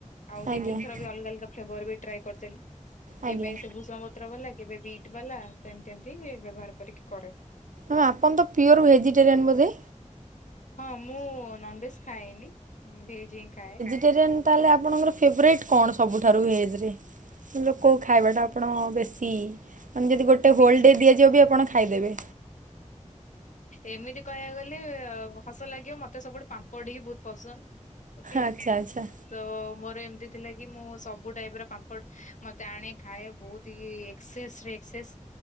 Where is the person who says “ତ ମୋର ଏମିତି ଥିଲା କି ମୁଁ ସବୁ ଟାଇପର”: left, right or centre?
Left